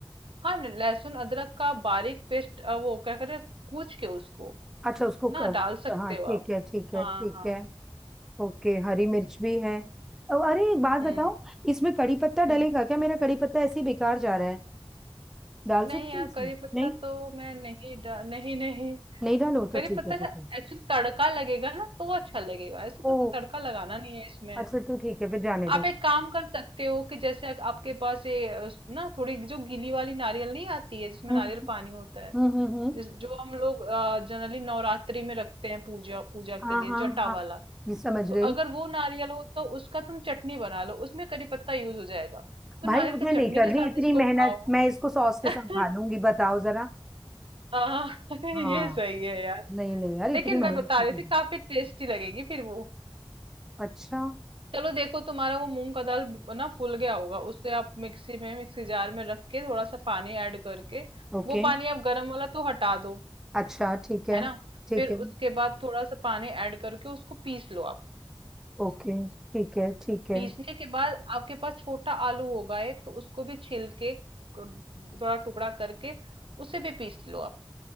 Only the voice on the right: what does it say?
हाँ न- लहसुन अदरक का बारीक पेस्ट अ, वो क्या करे कूच के उसको
ना
डाल सकते
हो
आप
हाँ
हाँ
हम्म
हम्म
नहीं
यार
करी पत्ता
तो मैं नहीं डा नहीं नहीं
करी
पत्ता
एक्चुअली
तड़का लगेगा ना तो अच्छा लगेगा ऐसे
तो तड़का लगाना नहीं है इसमें
आप
एक काम कर सकते हो कि जैसे अग- आपके पास ये अ, उस- ना थोड़ी जो गीली वाली नारियल नहीं आती है जिसमें
नारियल पानी होता है
जिस जो हम लोग जनरली नवरात्रि में रखते हैं पूजा पूजा
के लिए
जटा
वाला
तो
अगर वो नारियल हो तो उसका तुम चटनी बना लो उसमें करी पत्ता यूज हो जाएगा तो
नारियल
की
चटनी
के साथ
इसको
खाओ
<laughs>
हाँ <laughs>
ये सही है यार
लेकिन
मैं बता रही
थी
काफी टेस्टी लगेगी फिर वो
चलो देखो तुम्हारा वो मूंग का दाल ना फूल गया होगा उससे आप मिक्सी में मिक्सी जार में रख के थोड़ा सा पानी ऐड करके
वो पानी आप गर्म वाला तो हटा दो
है ना
फिर
उसके बाद थोड़ा सा पानी ऐड करके उसको पीस लो आप
पीसने के बाद आपके पास छोटा आलू होगा एक तो उसको भी छील के क- थोड़ा टुकड़ा करके उसे भी पीस लो आप